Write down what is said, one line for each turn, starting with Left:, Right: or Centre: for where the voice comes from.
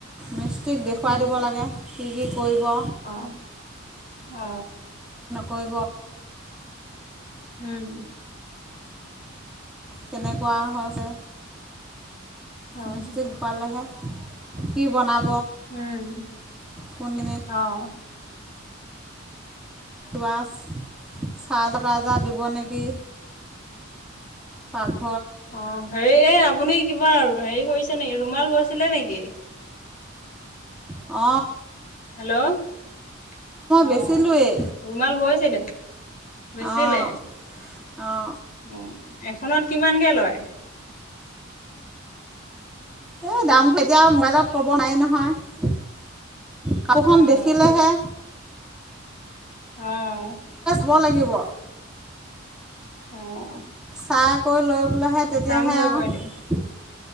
Centre: মি কি দেখুৱাই
Left: উম
Centre: দিব লাগে টিক কৰিব
Left: অ অ
Centre: কৰিব
Left: উম
Centre: কেনেকুৱা হৈছে
Left: অ',
Centre: মিছ্তিক পালেহে কি বনাব
Left: উম
Centre: কোনখিনিত
Left: আহ
Centre: ৱাছ চাৰ্জাৰ তাৰ্জাৰ দিব নেকি প
Left: অ হেৰি এই আপুনি কিবা আৰু হেৰি কৰিছে নেকি ৰুমাল বৈছিলে নেকি
Centre: অ
Left: হেল্ল' অ
Centre: বেচিলোৱেই
Left: ৰুমাল বৈছিলে বেচিলে
Centre: অঁ অঁ
Left: উ এখনত কিমানকে লয়
Centre: উ দাম বুলি এতিয়াও মোবাইলত ক'ব নোৱাৰি নহয় কাপোখন
Left: অ',
Centre: দেখিলেহে
Left: আহ
Centre: ব লাগিব
Left: অ
Centre: চাহকৌ লগ বোলেহে তেতিয়াহে
Left: চামগৈ
Centre: আৰু
Left: মই এদিন